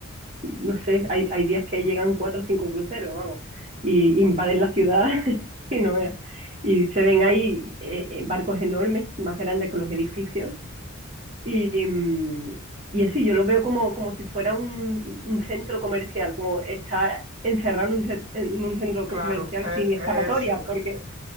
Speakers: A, on the right (about 40°); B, on the right (about 60°).
A: y no sé, hay, hay días que llegan cuatro o cinco cruceros, vamos, y
B: bueno,
A: invaden la ciudad <laughs> y no veas. Y se ven ahí eh, eh, barcos enormes, más grandes que los edificios Y, mm, y así, yo lo veo como, como si fuera un, un centro comercial, como está encerrado en un, en un centro
B: claro,
A: comercial
B: es,
A: sin escapatoria,
B: es eso, en
A: porque,
B: re-